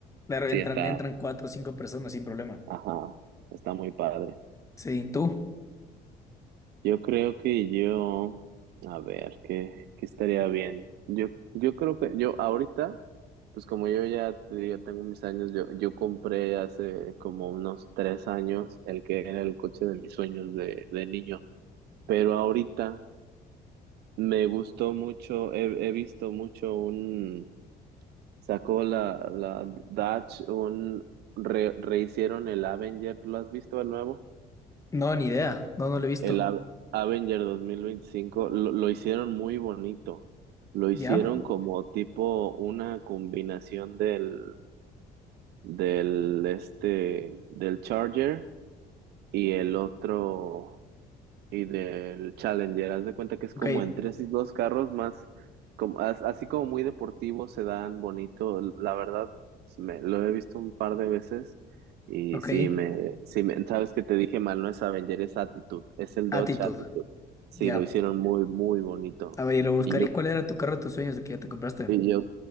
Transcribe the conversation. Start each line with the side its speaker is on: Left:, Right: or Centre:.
Left: Claro,
Right: sí
Left: entran,
Right: está,
Left: entran cuatro o cinco personas sin problema.
Right: ajá, está muy padre.
Left: Sí, ¿tú?
Right: Yo creo que yo, a ver, ¿qué, qué estaría bien? Yo, yo creo que yo ahorita, pues como yo ya te digo, tengo mis años, yo, yo compré hace como unos tres años el que era el coche de mis sueños de, de niño, pero ahorita me gustó mucho, he, he visto mucho un, sacó la, la Dodge, un, re- rehicieron el Avenger, ¿lo has visto el nuevo?
Left: No, ni idea. No, no lo he visto.
Right: El A Avenger 2025 lo, lo hicieron muy bonito. Lo hicieron
Left: Ya,
Right: como tipo una combinación del, del, este, del Charger y el otro y del Challenger. Haz de cuenta que es
Left: ok,
Right: como en tres y dos carros más, como, as- así como muy deportivo, se dan bonito. La verdad, pues, me, lo he visto un par de veces y
Left: ok.
Right: sí, me, sí me, sabes que te dije mal, no es Avenger, es Attitude, es el
Left: Actitud,
Right: Dodge Attitude. Sí,
Left: ya.
Right: lo hicieron muy, muy bonito.
Left: A ver, lo buscaré.
Right: Y yo,
Left: ¿Y cuál era tu carro de tus sueños el que ya te compraste?
Right: y yo,